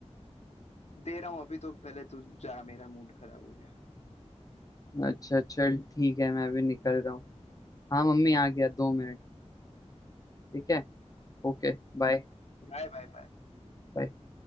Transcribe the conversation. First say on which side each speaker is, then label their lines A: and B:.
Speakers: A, on the left; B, on the left.
A: दे रहा हूँ अभी तो पहले तू जा मेरा मूड खराब हो गया
B: अच्छा चल ठीक है मैं अभी निकल रहा हूँ हाँ मम्मी आ गया दो मिनट ठीक है ओके Bye
A: Bye bye bye
B: bye